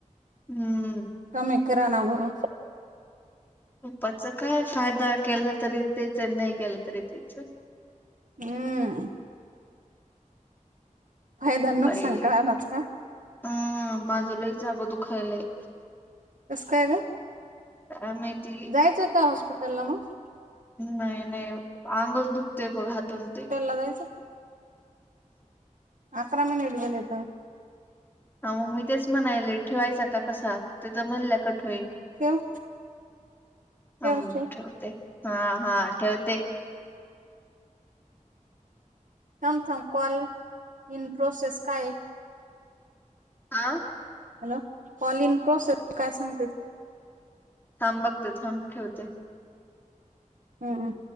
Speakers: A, on the left; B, on the right.
A: हम्म.
B: कमी करा ना बरू.
A: पूप्पाचा काय फायदा केला तरी तेच नाही केलं तरी तेच.
B: हम्म. फायदा नुकसान
A: बाई
B: कळणाच का
A: हम माझ लही जागं दुखायलाय.
B: कसं काय ग
A: काय माहिती
B: जायचंय का हॉस्पिटल ला मग
A: नाही नाही अंगच दुखते प हातन ते.
B: लाच. अकरा म झाले येत.
A: हा मग मी तेच म्हणायले ठेवायचा का कसा ते तर म्हणल्या कठ होईल.
B: ठेव ठेव
A: आ
B: ठेव
A: ठेवते हा हा ठेवते.
B: थम थम कॉल इन प्रोसेस काय.
A: आं.
B: हॅलो कॉल इन प्रोसेस काय सांगते त.
A: थांब बघते थांब ठेवते.
B: हम्म.